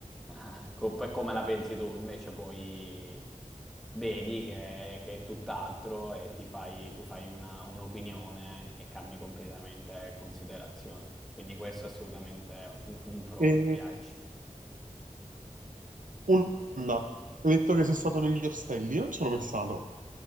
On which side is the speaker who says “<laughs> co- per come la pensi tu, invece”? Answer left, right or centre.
Centre